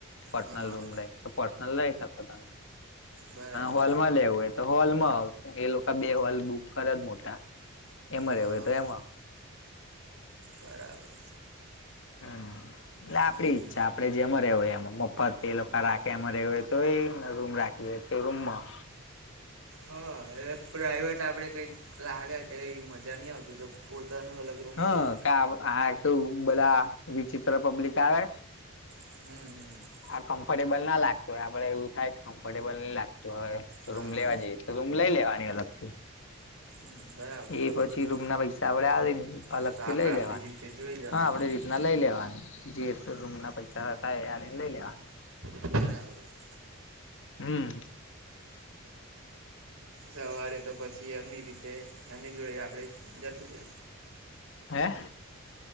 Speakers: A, on the left; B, on the right.
A: પર્સનલ
B: હા હા
A: રૂમે તો પર્સનલ લઈ શકો તમે
B: બરાબર
A: હોલમાં લેવું તો હોલમાં એ લોકો બે હોલ બુક કરે જ મોટા એમાં
B: હા
A: રેવાય
B: હા
A: તો એમાં
B: બરાબર.
A: હમ એટલે આપડી
B: હમ
A: ઈચ્છા આપણેે જેમાં રેવું હોય એમાં મફત એ લોકો રાખે એમાં રેવું હોય તોયને રૂમ રાખવી હોય તો રૂમમાં.
B: હા એટલે પ્રઇવેટ આપડે કઈક લાગે કઈ મજા નહી આવતી તો પોતાનું અલગ રૂમ
A: હા
B: રહી
A: ક આ કેવું બધા વિચિત્ર પબ્લિક આવે
B: હમ હમ.
A: આ કમ્ફર્ટેબલ ના લાગતું હોય આપડે એવું થાય કે કમ્ફર્ટેબલ નહી લાગતું હવે
B: હા
A: રૂમ લેવા જઈએ તો રૂમ લઈ લેવાની અલગ થી
B: <inaudible>
A: એ પછી
B: છે
A: રૂમ ના પૈસા આપડે આવીને અલગથી
B: એ તો આપણે
A: લઈ
B: આપણી
A: લેવાનું
B: રીતે જોઈ લેવાનું
A: હા આપડી
B: બીજું
A: રીતના લઈ લેવાનું જે તો રૂમ ના પૈસા હતા એ આલી ને લઈ લેવાના
B: બરાબર.
A: હમ.
B: સવારે તો પછી એમની રીતે એમની જોડે આપડે જતું રહે
A: હે.